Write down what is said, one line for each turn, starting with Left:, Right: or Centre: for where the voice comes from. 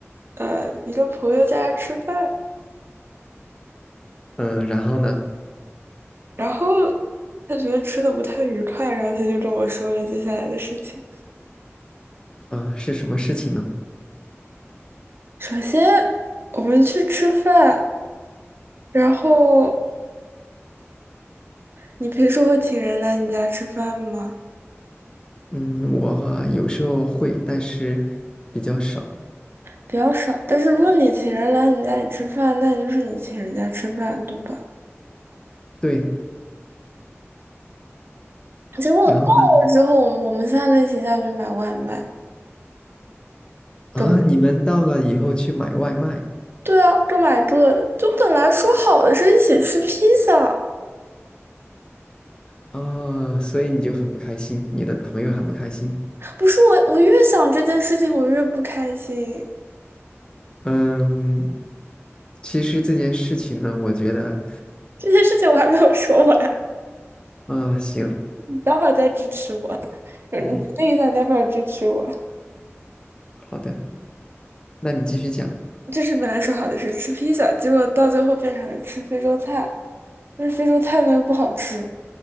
Right: 呃一个朋友家吃饭，
Left: 嗯，然后呢？
Right: 然后他觉得吃的不太愉快，然后他就跟我说了接下来的事情。
Left: 啊，是什么事情呢？
Right: 首先，我们去吃饭，然后你平时会请人来你家吃饭吗？
Left: 嗯，我啊有时候会，但是比较少。
Right: 比较少，但是如果你请人来你家里吃饭，那也就是你请人家吃饭，对吧？
Left: 对，
Right: 结果我到了之后，
Left: 然后呢
Right: 我们三个一起下去买外卖，
Left: 啊，
Right: 各买，
Left: 你们到了以后去买外卖
Right: 对啊，各买各的。就本来说好的是一起吃披萨，
Left: 啊，所以你就很不开心，你的朋友很不开心。
Right: 不是我，我越想这件事情，我越不开心。
Left: 嗯，其实这件事情呢，我觉得
Right: 这件事情我还没有说完，
Left: 啊，行，
Right: 你待会儿再支持我，嗯，
Left: 嗯，
Right: 你决定一下，你要不要支持我？
Left: 好的，那你继续讲。
Right: 就是本来说好的是吃披萨，结果到最后变成了吃非洲菜，但是非洲菜呢又不好吃，